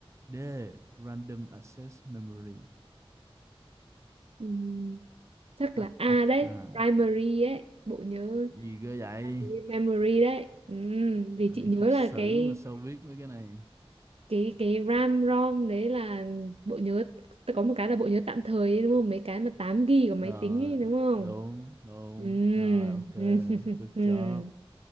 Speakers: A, on the right (about 30°); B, on the right (about 70°).
A: D. Random access memory
B: ừm, chắc
A: ha
B: là A
A: ha
B: đấy
A: ha
B: primary ấy bộ nhớ
A: gì cơ vậy
B: primary memory đấy Ừm, vì
A: bạn
B: chị
A: này
B: nhớ
A: học
B: là
A: sử
B: cái
A: mà sao biết mấy cái này
B: cái cái RAM ROM đấy là bộ nhớ ta có một cái là bộ nhớ tạm thời ấy, đúng không mấy cái mà 8 GB của máy
A: rồi
B: tính ấy đúng không
A: đúng đúng
B: Ừm,
A: rồi ok
B: <laughs>
A: good
B: ừm.
A: job